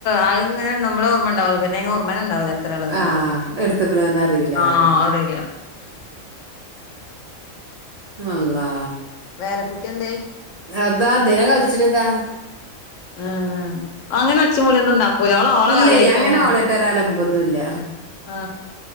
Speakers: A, on the left (about 70°); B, on the right (about 65°).
A: അത്ങ്ങനെ ഉണ്ട്പോള ഓർമ്മ ഉണ്ടാവും പിന്നെ ഓർമ്മന്നെ ഉണ്ടാവൂല എത്രയാണ്ന്നുള്ളത്
B: ആ എടുത്തേക്കണന്ന് അറിയില്ല
A: ആഹ്
B: അത്
A: അറിയില്ല
B: അള്ളാ
A: വേറെ കുട്ടി എന്തായി
B: അതാ അദ്ദേഹ കളിച്ചിട്ടതാ
A: ആ അങ്ങനെ ഒച്ചമൂളിയൊന്നും ഉണ്ടാക്കൂല അവള് ഓള
B: ഇല്ലേ
A: കളിയായിട്ടങ്ങെ
B: അങ്ങനെ ഓളേട്ട് ഒരലമ്പൊന്നുല്ല
A: ആ